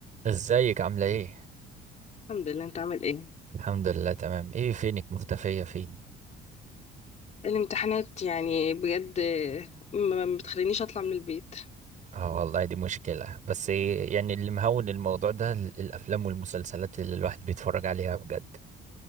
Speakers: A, on the right; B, on the left.
A: ازيك عاملة ايه؟
B: الحمد لله انت عامل ايه
A: الحمد لله تمام ايه فينك مختفية فين؟
B: الامتحانات يعني بجد آه، ما ما بتخلينيش اطلع من البيت
A: اه والله دي مشكلة بس إيه يعني اللي مهون الموضوع ده ال- الأفلام والمسلسلات اللي الواحد بيتفرج عليها بجد